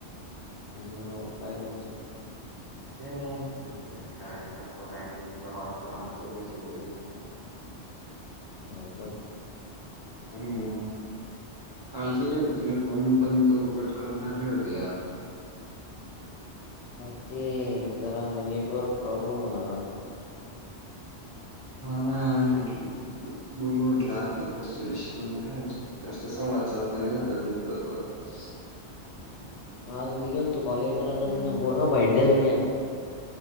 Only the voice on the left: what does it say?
होना राव काय करतो
हो का?
आर ते जरा नेटवर्क प्रॉब्लेम होता का आज?
आज मी गेलतो कॉलेजला आता
त्यान बोनाफाईड देल नाही.